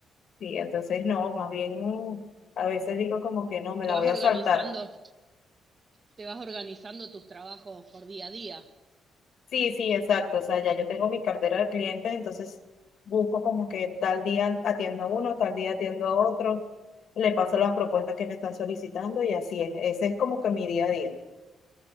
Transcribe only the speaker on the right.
te
vas
organizando,
te vas organizando tus trabajos por día a día.